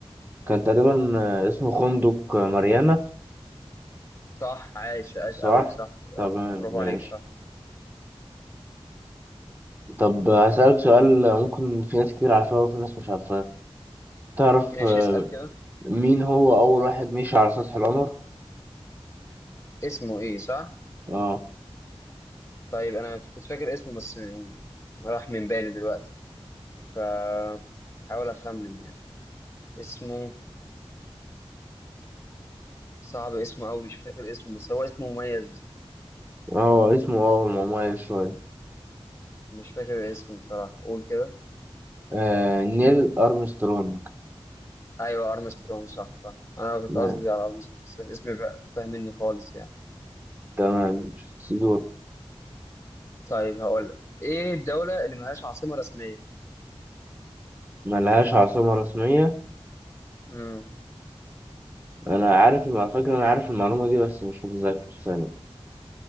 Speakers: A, on the right (about 20°); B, on the left (about 25°).
A: كان تقريبا آه، اسمه خندق ماريانا
B: صح عاش عاش
A: صح
B: قوي صح
A: تمام
B: برافو
A: ماشي
B: عليك صح
A: طب هسألك سؤال ممكن في ناس كتير عارفاه وفي ناس مش عارفاه تعرف
B: ماشي
A: آه،
B: اسأل كده
A: مين هو أول واحد مشي على سطح القمر؟
B: اسمه ايه صح
A: اه
B: طيب انا كنت فاكر اسمه بس يعني راح من بالي دلوقتي ف حاول اخمن يعني اسمه صعب اسمه قوي مش فاكر اسمه بس هو اسمه مميز
A: اه اسمه اه مميز شوية
B: مش فاكر اسمه بصراحة قول كده
A: آه نيل أرمسترونج
B: ايوه ارمسترونج صح صح انا كنت
A: ماشي
B: قصدي على ارمسترونج بس الاسم بقى فاهم مني خالص يعني
A: تمام سيدور
B: طيب هقول لك ايه الدولة اللي ملهاش عاصمة رسمية
A: ملهاش عاصمة رسمية
B: امم
A: أنا عارف على فكرة أنا عارف المعلومة دي بس مش متذكر ثانية